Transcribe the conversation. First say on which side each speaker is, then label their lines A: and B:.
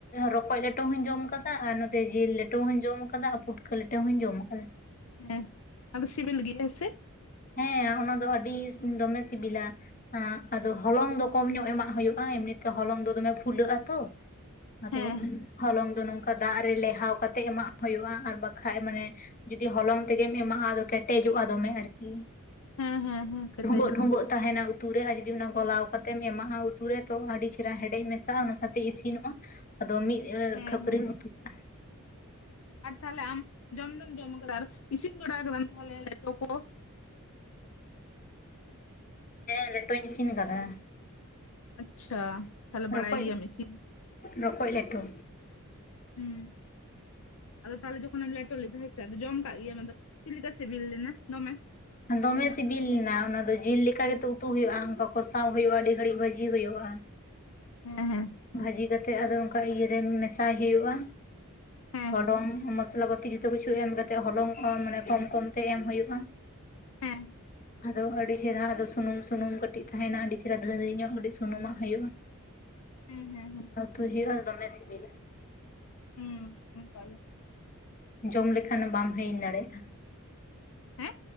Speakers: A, on the left; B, on the left.
A: ᱨᱚᱠᱚᱡ ᱞᱮᱴᱚ ᱦᱚᱧ ᱡᱚᱢ ᱟᱠᱟᱫᱟ ᱟᱨ ᱱᱚᱛᱮ ᱡᱤᱞ ᱞᱮᱴᱚ ᱦᱚᱧ ᱡᱚᱢ ᱟᱠᱟᱫᱟ ᱯᱩᱴ ᱠᱟᱹ ᱞᱤᱴᱟᱹ ᱦᱚᱧ ᱡᱚᱢ ᱠᱟᱫᱟ
B: ᱦᱮᱸ ᱟᱫᱚ ᱥᱮᱵᱮᱞ ᱜᱮᱭᱟ ᱦᱮᱸ ᱥᱮ
A: ᱦᱮᱸ ᱚᱱᱟ ᱫᱚ ᱟᱹᱰᱤ ᱫᱚᱢᱮ ᱥᱤᱵᱤᱞᱟ ᱦᱮᱸ ᱟᱫᱚ ᱦᱚᱞᱚᱝ ᱫᱚ ᱠᱚᱢ ᱧᱚᱜ ᱮᱢᱟᱜ ᱦᱩᱭᱩᱜᱼᱟ ᱮᱢᱱᱤᱛᱮ ᱦᱚᱞᱚᱝ ᱫᱚ ᱫᱚᱢᱮ ᱯᱷᱩᱞᱟᱹᱜ ᱟᱛᱚ ᱟᱫᱚ
B: ᱦᱮᱸ
A: ᱦᱚᱞᱚᱝ ᱫᱚ ᱱᱚᱝᱠᱟ ᱫᱟᱜ ᱨᱮ ᱞᱮᱣᱦᱟᱣ ᱠᱟᱛᱮᱜ ᱮᱢᱟᱜ ᱦᱩᱭᱩᱜᱼᱟ ᱟᱨ ᱵᱟᱠᱷᱟᱡ ᱢᱟᱱᱮ ᱡᱩᱫᱤ ᱦᱚᱞᱚᱝ ᱛᱮᱜᱮᱢ ᱮᱢᱟᱜᱼᱟ ᱟᱫᱚ ᱠᱮᱴᱮᱡᱚᱜᱼᱟ ᱫᱚᱢᱮ ᱟᱨᱠᱤ
B: ᱦᱮᱸ ᱦᱮᱸ ᱦᱮᱸ ᱠᱮᱴᱮᱡᱚᱜᱼᱟ
A: ᱰᱷᱩᱸᱵᱚᱜ ᱰᱷᱩᱸᱵᱚᱜ ᱛᱟᱦᱮᱱᱟ ᱩᱛᱩ ᱨᱮ ᱟᱨ ᱡᱩᱫᱤ
B: ᱦᱩᱸ
A: ᱚᱱᱟ ᱜᱚᱞᱟᱣ ᱠᱟᱛᱮᱢ ᱮᱢᱟᱜᱼᱟ ᱩᱛᱩ ᱨᱮ ᱛᱚ ᱟᱹᱰᱤ ᱪᱮᱦᱨᱟ ᱦᱮᱰᱮᱡ ᱢᱮᱥᱟᱜᱼᱟ ᱚᱱᱟᱛᱮ ᱛᱮ ᱤᱥᱤᱱᱚᱜᱼᱟ ᱟᱫᱚ ᱢᱤᱫ
B: ᱦᱮᱸ
A: ᱠᱷᱟᱹᱯᱟᱹᱨᱤᱢ
B: ᱦᱮᱸ
A: ᱩᱛᱩ ᱠᱟᱜᱼᱟ
B: ᱟᱨ ᱛᱟᱦᱚᱞᱮ ᱟᱢ ᱡᱚᱢ ᱫᱚᱢ ᱡᱚᱢ ᱠᱟᱫᱟ ᱟᱨ ᱤᱥᱤᱱ ᱵᱟᱲᱟ ᱠᱟᱫᱟᱢ ᱛᱟᱦᱚᱞᱮ ᱞᱮᱴᱚ ᱠᱚ
A: ᱦᱮᱸ ᱞᱮᱴᱚᱧ ᱤᱥᱤᱱ ᱠᱟᱫᱟ
B: ᱟᱪᱪᱷᱟ ᱛᱟᱦᱚᱞᱮ ᱵᱟᱲᱟᱭ
A: ᱨᱚᱠᱚᱡ
B: ᱜᱮᱭᱟᱢ ᱤᱥᱤᱱ
A: ᱨᱚᱠᱚᱡ ᱞᱮᱴᱚ
B: ᱦᱩᱸ ᱟᱫᱚ ᱛᱟᱦᱚᱞᱮ ᱡᱚᱠᱷᱚᱱᱮᱢ ᱞᱮᱴᱚ ᱞᱮᱫᱟ ᱦᱮᱸᱥᱮ ᱟᱫᱚ ᱡᱚᱢ ᱠᱟᱜ ᱜᱮᱭᱟᱢ ᱟᱫᱚ ᱪᱮᱫ ᱞᱮᱠᱟ ᱥᱮᱵᱮᱞ ᱞᱮᱱᱟ ᱫᱚᱢᱮ
A: ᱫᱚᱢᱮ ᱥᱤᱵᱤᱞ ᱞᱮᱱᱟ ᱚᱱᱟ ᱫᱚ ᱡᱤᱞ ᱞᱮᱠᱟ ᱜᱮᱛᱚ ᱩᱛᱩ ᱦᱩᱭᱩᱜᱼᱟ ᱚᱱᱠᱟ ᱠᱚᱥᱟᱣ ᱦᱩᱭᱩᱜᱼᱟ ᱟᱹᱰᱤ ᱜᱷᱟᱹᱲᱤᱡ ᱵᱷᱟᱹᱡᱤ ᱦᱩᱭᱩᱜᱼᱟ
B: ᱦᱮᱸ
A: ᱵᱷᱟᱹᱡᱤ ᱠᱟᱛᱮᱜ ᱟᱫᱚ ᱚᱱᱠᱟ ᱤᱭᱟᱹ ᱨᱮ ᱢᱮᱥᱟᱭ ᱦᱩᱭᱩᱜᱼᱟ
B: ᱦᱮᱸ
A: ᱦᱚᱞᱚᱝ ᱢᱚᱥᱞᱟ ᱯᱟᱛᱤ ᱡᱷᱚ ᱡᱚᱛᱚ ᱠᱤᱪᱷᱩ ᱮᱢ ᱠᱟᱛᱮᱫ ᱦᱚᱞᱚᱝ ᱢᱟᱱᱮ ᱠᱚᱢ ᱠᱚᱢᱛᱮ ᱮᱢ ᱦᱩᱭᱩᱜᱼᱟ
B: ᱦᱮᱸ
A: ᱟᱫᱚ ᱟᱹᱰᱤ ᱪᱮᱨᱦᱟ ᱟᱫᱚ ᱥᱩᱱᱩᱢ ᱥᱩᱱᱩᱢ ᱠᱟᱹᱴᱤᱡ ᱛᱟᱦᱮᱱᱟ ᱟᱹᱰᱤ ᱪᱮᱦᱨᱟ ᱫᱷᱟᱹᱨ ᱧᱚᱜ ᱟᱹᱰᱤ ᱥᱩᱱᱩᱢᱟᱜ ᱦᱩᱭᱩᱜᱼᱟ
B: ᱦᱮᱸ ᱦᱮᱸ ᱦᱮᱸ
A: ᱚᱛᱩᱭ ᱦᱩᱭᱩᱜᱼᱟ ᱟᱫᱚ ᱫᱚᱢᱮ ᱥᱤᱵᱤᱞᱟ
B: ᱦᱩᱸ ᱚᱝᱠᱟᱜᱮ
A: ᱡᱚᱢ ᱞᱮᱠᱷᱟᱱ ᱵᱟᱢ ᱦᱤᱲᱤᱧ ᱫᱟᱲᱮᱭᱟᱜᱼᱟ
B: ᱦᱮᱸ